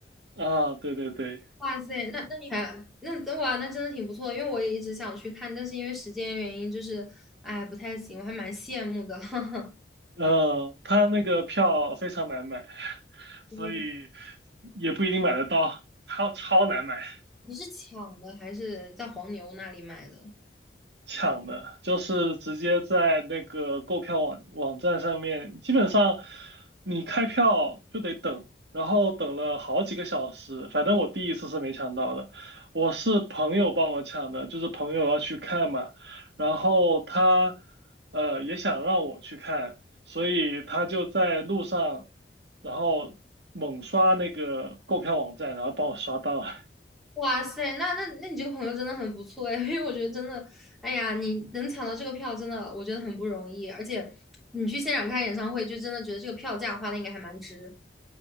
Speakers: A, on the right; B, in the centre.
A: <laughs> 啊，对对对，
B: 哇塞，那那你还那等哇，那真的挺不错的，因为我也一直想去看，但是因为时间原因，就是哎不太行，我还蛮羡慕的。<laughs>
A: 嗯、呃他那个票非常难买。所以
B: 嗯，
A: 也不一定买得到，超超难买。
B: 你是抢的还是在黄牛那里买的？
A: 抢的，就是直接在那个购票网网站上面，基本上你开票就得等，然后等了好几个小时。反正我第一次是没抢到的，我是朋友帮我抢的，就是朋友要去看嘛，然后他呃也想让我去看，所以他就在路上，然后猛刷那个购票网站，然后帮我刷到了。
B: 哇塞，那那那你这个朋友真的很不错哎，<laughs> 因为我觉得真的，哎呀，你能抢到这个票，真的我觉得很不容易，而且你去现场看演唱会，就真的觉得这个票价花的应该还蛮值。